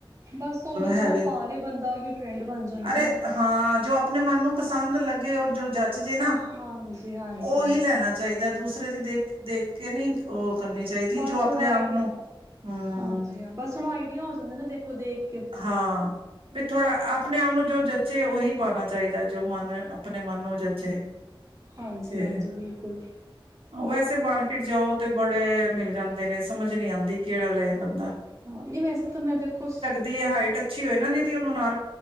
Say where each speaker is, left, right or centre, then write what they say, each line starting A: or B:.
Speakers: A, on the right; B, on the right.
A: ਬਸ ਉਹ ਜੋ
B: ਹੈ ਵੀ
A: ਪਾ ਲਏ ਬੰਦਾ ਉਹੀ ਟਰੈਂਡ ਬਣ ਜਾਂਦਾ
B: ਅਰੇ ਹਾਂ, ਜੋ ਆਪਣੇ ਮਨ ਨੂੰ ਪਸੰਦ ਲੱਗੇ ਉਹ ਜੋ ਜੇ ਨਾ
A: ਹਾਂਜੀ ਹਾਂਜੀ
B: ਉਹੀ ਲੈਣਾ ਚਾਹੀਦਾ। ਦੂਸਰੇ ਦੀ ਦੇਖ ਦੇਖ ਕੇ ਨਹੀਂ ਉਹ
A: ਹਾਂ
B: ਕਰਨੀ ਚਾਹੀਦੀ
A: ਬਸ
B: ਜੋ ਆਪਣੇ
A: ਥੋੜ੍ਹਾ
B: ਆਪ
A: ਆਈਡੀਆ,
B: ਨੂੰ ਹਮ
A: ਹਾਂਜੀ ਬਸ ਥੋੜ੍ਹਾ ਆਈਡੀਆ ਹੋ ਜਾਂਦਾ ਨਾ ਦੇਖ। ਖੁਦ ਇੱਕ
B: ਹਾਂ ਵੀ ਥੋੜਾ ਆਪਣੇ ਆਪ ਨੂੰ ਜੋ ਜਚੇ ਉਹੀ ਪਾਣਾ ਚਾਹੀਦਾ ਹੈ, ਜੋ ਮਨ ਆਪਣੇ ਮਨ ਨੂੰ ਜਚੇ
A: ਹਾਂਜੀ
B: ਤੇ
A: ਹਾਂਜੀ ਬਿਲਕੁਲ
B: ਵੈਸੇ ਮਾਰਕੀਟ ਜਾਉ ਬੜੇ ਮਿਲ ਜਾਂਦੇ ਨੇ, ਸਮਝ ਨੀ ਆਦੀ, ਕਿਹੜਾ ਲਐ ਬੰਦਾ।
A: ਹਾਂ, ਨਹੀਂ ਵੈਸੇ ਤਾਂ ਮੈਂ, ਦੇਖੋ।
B: ਦੀ ਹਾਈਟ ਅੱਛੀ। ਹੋਏ ਨਾ ਜਦੀ, ਉਹਨੂੰ ਨਾਰ